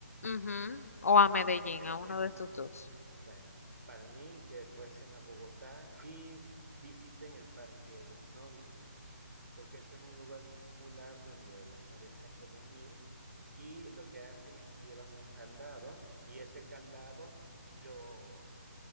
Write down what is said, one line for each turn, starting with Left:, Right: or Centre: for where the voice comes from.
Left: Ujú, O a Medellín,
Right: Vaya,
Left: a uno
Right: em-
Left: de estos dos.
Right: vaya, para mí que fuesen a Bogotá y visiten el Parque de los Novios, porque ese es un lugar popular donde las parejas suelen ir y lo que hacen es que llevan un candado y ese candado lo,